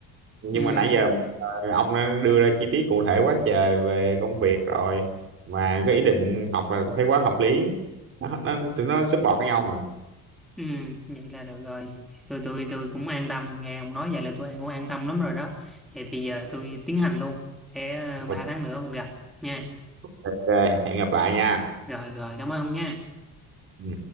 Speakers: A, on the right (about 40°); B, in the centre.
A: nhưng
B: Ừ.
A: mà nãy giờ ờ, ông đã đưa ra chi tiết cụ thể quá trời về công việc rồi mà cái ý định học là thấy quá hợp lý nó nó tụi nó support với nhau mà
B: Ừ. Vậy là được rồi. Tôi tôi tôi cũng an tâm nghe ông nói vậy là tôi cũng an tâm lắm rồi đó. Vậy thì giờ tôi tiến hành luôn. Để ờ, 3
A: ok
B: tháng nữa mình gặp nha.
A: ok, hẹn gặp lại nha
B: Rồi rồi cảm ơn ông nha.
A: ừ.